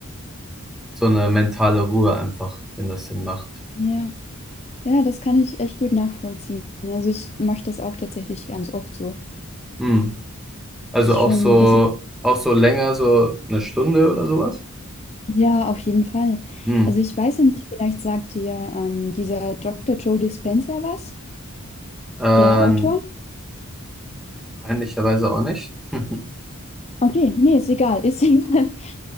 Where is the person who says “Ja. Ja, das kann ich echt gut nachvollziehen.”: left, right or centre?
Left